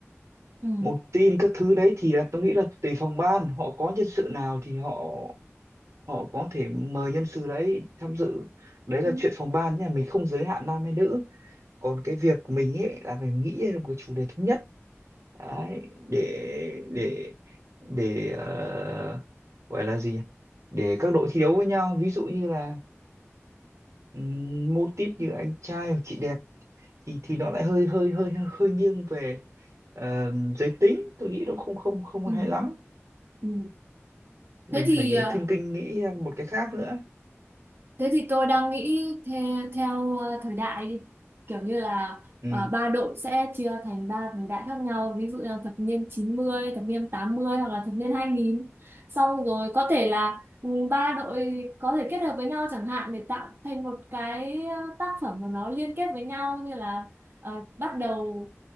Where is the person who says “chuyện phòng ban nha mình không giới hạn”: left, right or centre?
Right